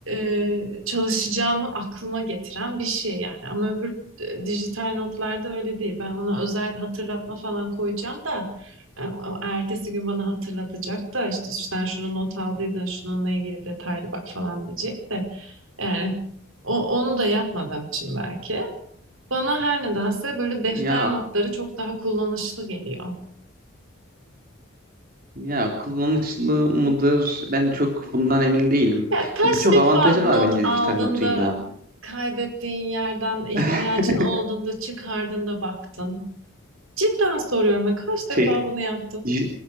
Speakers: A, on the right; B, on the right.
A: e, çalışacağımı aklıma getiren bir şey yani. Ama öbür e, dijital notlarda öyle değil. Ben ona özel hatırlatma falan koyacağım da e, o ertesi gün bana hatırlatacak da işte sen şunu not aldıydın şununla ilgili detaylı bak falan diyecek de. Yani o, onu da yapmadığım için belki. Bana her nedense böyle defter
B: ya
A: notları çok daha kullanışlı geliyor.
B: ya kullanışlı mıdır ben çok bundan emin değilim.
A: Ya kaç
B: Birçok
A: defa
B: avantajı
A: not
B: var bence
A: aldın
B: dijital notun
A: da
B: ya.
A: kaydettiğin yerden ihtiyacın
B: <laughs>
A: olduğunda çıkardın da baktın. Cidden soruyorum ben kaç
B: Şey
A: defa bunu yaptın?
B: Di-